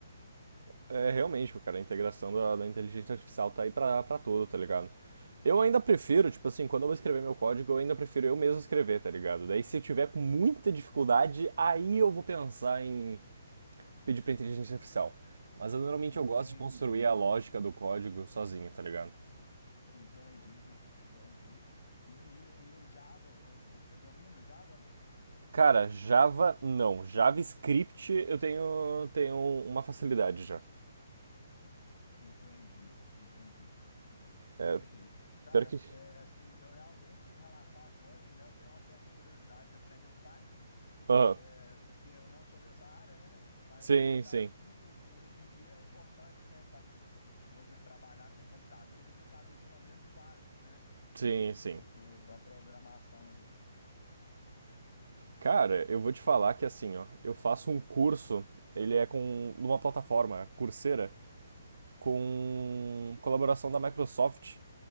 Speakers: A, on the right; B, on the left.
A: É, realmente, cara, a integração da, da inteligência artificial tá aí pra, pra tudo, tá ligado? Eu ainda prefiro, tipo assim, quando eu vou escrever meu código, eu ainda prefiro eu mesmo escrever, tá ligado? Daí se eu tiver com muita dificuldade, aí eu vou pensar em pedir pra inteligência artificial. Mas eu, normalmente
B: Entendi,
A: eu gosto de construir a lógica do código sozinho, tá ligado?
B: entendi, entendi. E, e, o, e o Java, você domina o Java ou não?
A: Cara, Java não. JavaScript eu tenho, tenho uma facilidade já.
B: Entendi, entendi.
A: É,
B: Perfeito. Cara,
A: pior que.
B: é, assim, eu realmente, em relação a código, né, eu tenho uma certa curiosidade de aprender o Python,
A: Aham.
B: é, porque eu não sou dessa área, né, mas
A: Sim,
B: acaba
A: sim.
B: que que hoje em dia é importante, né, tá, to- você trabalhar com computador, você saber pelo menos o básico, né,
A: Sim, sim.
B: do, do- da programação ali.
A: Cara, eu vou te falar que assim, ó, eu faço um curso, ele é com numa plataforma, Coursera, com colaboração da Microsoft,